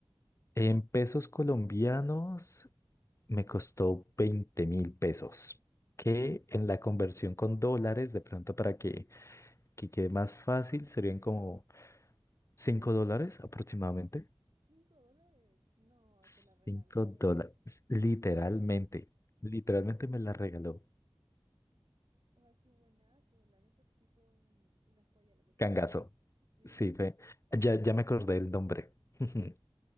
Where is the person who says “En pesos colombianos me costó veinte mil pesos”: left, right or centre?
Left